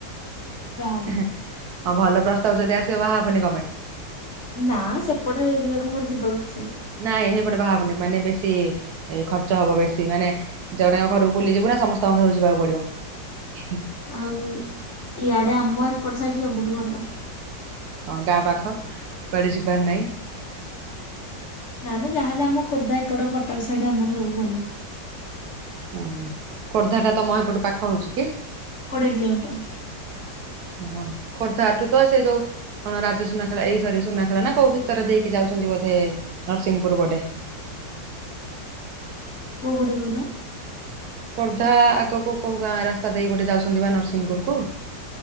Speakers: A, on the left (about 55°); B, on the right (about 70°).
A: ହେବିନି।
B: ଏ-ହେ ହଁ ଭଲ ପ୍ରସ୍ତାବ ଯଦି ଆସିବ, ବାହାହବନି କ ପାଇଁ?
A: ନାଁ ସେପଟ ଏରିଆକୁ ମୋର ଯିବାକୁ ଇଛା ନାହିଁ।
B: ନାଇଁ ସେପଟ ବାହାହବନି ମାନେ ବେଶୀ ଏଇ ଖର୍ଚ୍ଚ ହବ ବେଶୀ ମାନେ ଜଣେଙ୍କ ଘରକୁ ବୁଲିଯିବୁ ନା ସମସ୍ତଙ୍କ ଘରକୁ ଯିବାକୁ ପଡିବ। ଇ।
A: ଆଉ, ଇଆଡେ ଆମ ଏପଟ ସାଇଡ ସବୁଠୁ ଭଲ।
B: ହଁ ଗାଁ ପାଖ କୁଆଡେ ଯିବାର ନାହିଁ।
A: ନା ମ ଯାହାହେଲେ ଆମ ଖୋର୍ଦ୍ଧା ଏପଟ କଟକ ସାଇଟ୍ ଆମର ସବୁ ଭଲ।
B: ଓଁ ଖୋର୍ଦ୍ଧା ଟା ତମ ଏପଟେ ପାଖ ହଉଛି କି?
A: କୋଡ଼ିଏ କିଲୋମିଟର୍।
B: ଉ ହଁ, ଖୋର୍ଦ୍ଧାଠୁ ତ ସେ ଯୋଉ କଣ ରାଜ ସୁନାଖେଳା ଏଇ ସରି ସୁନାଖେଳା ନା କୋଉ ଭିତର ଦେଇକି ଯାଉଛନ୍ତି ବୋଧେ, ନରସିଂହପୁର ପଟେ।
A: କୋଉ ପଟେ କହିଲ?
B: ଖୋର୍ଦ୍ଧା ଆଗକୁ କୋଉ ଗାଆଁ ରାସ୍ତା ଦେଇ ଗୋଟେ ଯାଉଛନ୍ତି ପା ନରସିଂହପୁରକୁ?